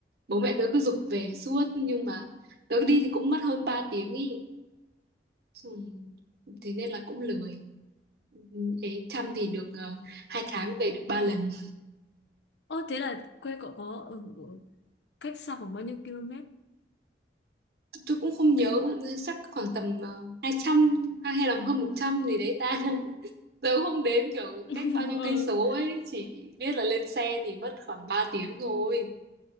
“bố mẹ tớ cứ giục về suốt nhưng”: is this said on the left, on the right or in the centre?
Right